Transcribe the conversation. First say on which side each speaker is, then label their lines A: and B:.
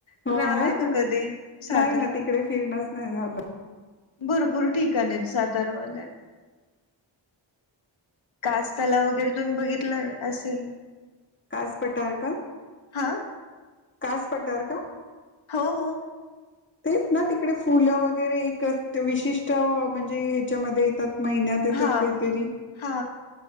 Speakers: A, on the left; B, on the left.
A: तुम्ही
B: हो
A: आलाय
B: ना
A: का कधी सातारला?
B: नाही ना तिकडे फिरणच नाही झालं.
A: भरपूर ठिकाण सातार मध्ये कास्ताला वगैरे तुम्ही बघितलं असेल.
B: कास पटाार का
A: हा
B: कास पटाार का?
A: हो हो.
B: तेच ना तिकडे फुलं वगैरे एक विशिष्ट म्हणजे ह्याच्यामध्ये येतात महिन्यात येतात
A: हा
B: काहीतरी
A: हा